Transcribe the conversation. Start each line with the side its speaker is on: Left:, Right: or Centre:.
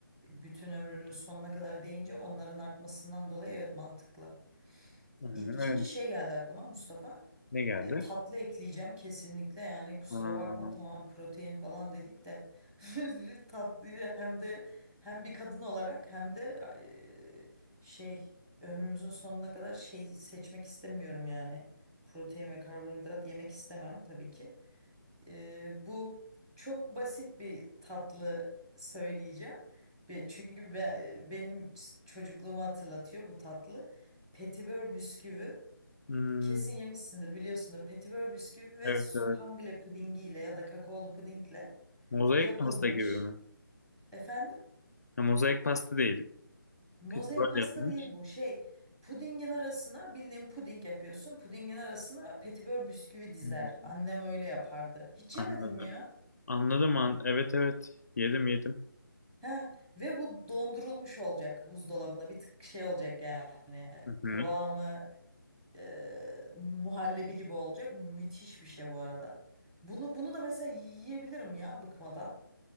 Centre: bütün ömrünün sonuna kadar deyince onların artmasından dolayı evet mantıklı.
Left: Aynen
Centre: İkinci
Left: öyle.
Centre: şey geldi aklıma Mustafa.
Left: Ne geldi?
Centre: E, tatlı ekleyeceğim kesinlikle yani kusura
Left: Aa,
Centre: bakma tamam protein falan dedik de <laughs> tatlıyı hem de hem bir kadın olarak hem de e, şey ömrümüzün sonuna kadar şey seçmek istemiyorum yani protein ve karbonhidrat yemek istemem tabii ki. E, bu çok basit bir tatlı söyleyeceğim. Be- Çünkü be- benim çocukluğumu hatırlatıyor bu tatlı. Petibör bisküvi
Left: hmm,
Centre: Kesin yemişsindir biliyorsundur. Petibör bisküvi ve
Left: evet
Centre: supangle
Left: evet.
Centre: pudingiyle ya da kakaolu pudingle
Left: Mozaik
Centre: yapılmış.
Left: pasta gibi mi?
Centre: Efendim?
Left: Ha, mozaik pasta değil.
Centre: Mozaik
Left: Petiböl
Centre: pasta
Left: yapılmış.
Centre: değil bu. Şey, pudingin arasına bildiğin puding yapıyorsun. Pudingin arasına petibör bisküvi dizer.
Left: Hmm,
Centre: Annem öyle yapardı. Hiç
Left: anladım.
Centre: yemedin mi ya?
Left: Anladım an. Evet evet. Yedim yedim.
Centre: Heh. Ve bu dondurulmuş olacak buzdolabında. Bir tık şey olacak yani.
Left: Hı
Centre: Kıvamı
Left: hı.
Centre: e, muhallebi gibi olacak. Müthiş bir şey bu arada. Bunu bunu da mesela yiyebilirim ya bıkmadan.